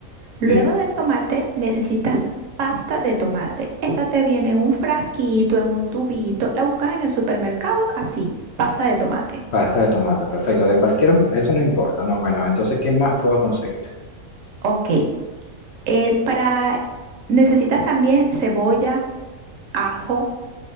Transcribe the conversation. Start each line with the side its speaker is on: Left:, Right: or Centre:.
Right: Luego
Left: bien.
Right: del tomate necesitas pasta de tomate. Esta te viene en un frasquito, en un tubito. La buscas en el supermercado así, pasta de tomate.
Left: Pasta de tomate, perfecto, de cualquier, eso no importa, no, bueno, entonces, ¿qué más puedo conseguir?
Right: Ok, eh, para necesitas también cebolla, ajo,